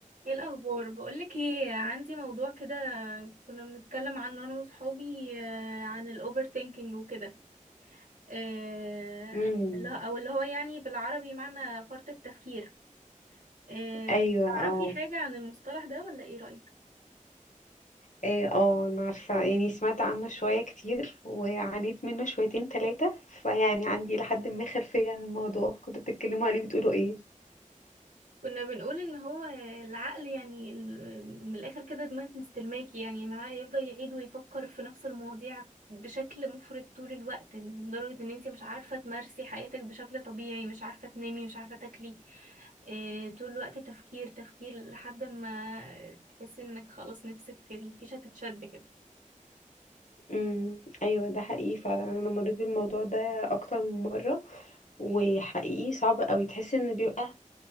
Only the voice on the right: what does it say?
ايه الاخبار بقولك ايه عندي موضوع كده كنا بنتكلم عنه انا وصحابي آه، عن الاوفر ثينكينج وكده آه،
اللي هو- او اللي هو يعني بالعربي معنى فرط التفكير آه،
تعرفي
حاجة عن المصطلح ده ولا ايه رأيك
كنا بنقول ان هو العقل يعني ال- من الاخر كده دماغك مستلماكي يعني معاه يفضل يعيد ويفكر في نفس المواضيع بشكل مفرط طول الوقت لدرجة ان انتي مش عارفة تمارسي حياتك بشكل طبيعي مش عارفة تنامي مش عارفة تاكلي إيه طول الوقت تفكير تفكير لحد ما تحسي انك خلاص نفسك الفيشة تتشد كده